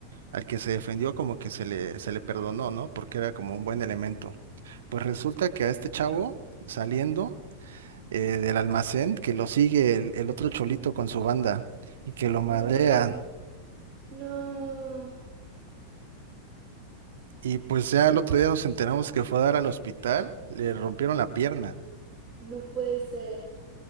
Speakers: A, on the right (about 60°); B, on the right (about 30°).
A: al que se defendió como que se le, se le perdonó, ¿no? Porque era como un buen elemento. Pues resulta que a este chavo saliendo eh, del almacén, que lo sigue el, el otro cholito con su banda y que lo madrean.
B: No, no,
A: Y pues ya al otro día nos enteramos que fue a dar al hospital, le rompieron la pierna.
B: no puede ser.